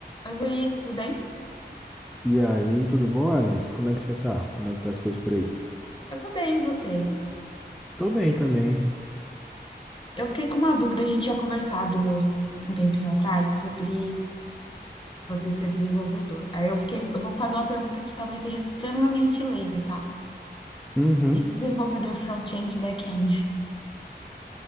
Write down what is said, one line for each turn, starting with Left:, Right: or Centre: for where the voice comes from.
Left: Oi, Luiz, tudo bem?
Centre: E aí, tudo bom, Agnes? Como é que você tá? Como é que tá as coisas por aí?
Left: Eu tô bem, e você?
Centre: Tô bem também.
Left: Eu fiquei com uma dúvida, a gente tinha conversado um tempinho atrás sobre você ser desenvolvedor. Aí eu fiquei, eu vou fazer uma pergunta que talvez seja extremamente leiga, tá?
Centre: Uhum.
Left: O que é Desenvolvedor front-end, e back-end.